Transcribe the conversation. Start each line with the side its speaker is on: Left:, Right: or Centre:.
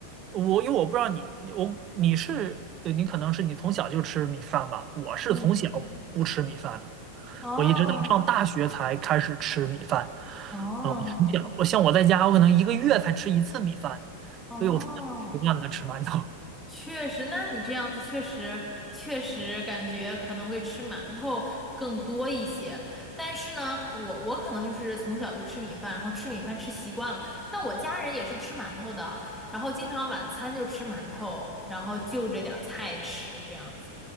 Right: 我，因为我不知道你，我你是，呃你可能是你从小就吃米饭吧？我是从小不吃米饭的。
Centre: 嗯，哦
Right: 我一直到上大学才开始吃米饭。
Centre: 哦
Right: 嗯，我从小，我像我在家，我可能一个月才吃一次米饭，
Centre: 哦，
Right: 所以我从小习惯了吃馒头
Centre: 确实，那你这样子确实确实感觉可能会吃馒头更多一些。但是呢，我我可能就是从小就吃米饭，然后吃米饭吃习惯了。但我家人也是吃馒头的，然后经常晚餐就吃馒头，然后就着点儿菜吃这样子。